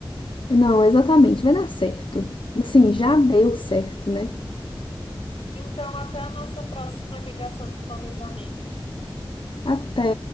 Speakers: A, on the left (about 65°); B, on the left (about 85°).
A: Não, exatamente, vai dar certo. Assim, já deu certo, né?
B: Então, até a nossa próxima ligação de planejamento.
A: Até.